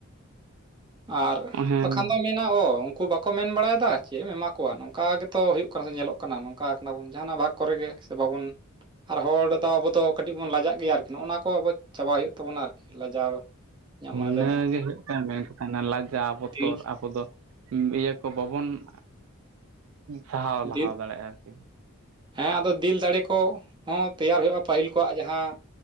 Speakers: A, on the right (about 20°); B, on the right (about 65°).
A: ᱟᱨ
B: ᱦᱮᱸ
A: ᱵᱟᱠᱷᱟᱱ ᱫᱚ ᱢᱮᱫ ᱚ ᱩᱱᱠᱩ ᱵᱟᱠᱚ ᱢᱮᱱ ᱵᱟᱲᱟᱭᱮᱫᱟ ᱪᱮᱫ ᱮᱢ ᱮᱢᱟ ᱠᱚᱣᱟ ᱱᱚᱝᱠᱟ ᱜᱮᱛᱚ ᱦᱩᱭᱩᱜ ᱠᱟᱱᱟ ᱥᱮ ᱧᱮᱞᱚᱜ ᱠᱟᱱᱟ ᱱᱚᱝᱠᱟ ᱠᱟᱱᱟ ᱵᱚᱱ ᱡᱟᱦᱟᱱᱟᱜ ᱵᱷᱟᱜᱽ ᱠᱚᱨᱮ ᱜᱮ ᱵᱟᱵᱚᱱ ᱟᱨ ᱦᱚᱲ ᱫᱚ ᱟᱵᱚ ᱫᱚ ᱠᱟᱹᱴᱤᱡᱽ ᱵᱚᱱ ᱞᱟᱡᱟᱜ ᱜᱮᱭᱟ ᱟᱨᱠᱤ ᱱᱚᱜᱚ ᱱᱚᱣᱟ ᱠᱚ ᱟᱵᱚ ᱪᱟᱵᱟ ᱦᱩᱭᱩᱜ ᱛᱟᱵᱚᱱᱟ ᱟᱨᱠᱤ ᱞᱟᱡᱟᱣ ᱤᱧᱟᱹᱜ ᱢᱚᱱᱮ
B: ᱤᱱᱟᱹᱜᱮ
A: ᱫᱚᱭ ᱢᱮᱱᱟ
B: ᱦᱩᱭᱩᱜ ᱠᱟᱱᱟ ᱢᱮᱱ ᱠᱟᱛᱷᱟ ᱞᱟᱡᱟᱣ ᱵᱚᱛᱚᱨ
A: ᱫᱤᱞ
B: ᱟᱵᱚ ᱫᱚ ᱤᱭᱟᱹ ᱠᱚ ᱵᱟᱵᱚᱱ ᱟ ᱥᱟᱦᱟᱣ ᱞᱟᱦᱟ
A: ᱫᱤᱞ
B: ᱫᱟᱲᱮᱭᱟᱜᱼᱟ ᱟᱨᱠᱤ
A: ᱦᱮᱸ ᱟᱫᱚ ᱫᱤᱞ ᱫᱟᱲᱮ ᱠᱚ ᱦᱚᱸ ᱛᱮᱭᱟᱨ ᱦᱩᱭᱩᱜᱼᱟ ᱯᱟᱹᱦᱤᱞ ᱠᱚᱣᱟᱜ ᱡᱟᱦᱟᱸ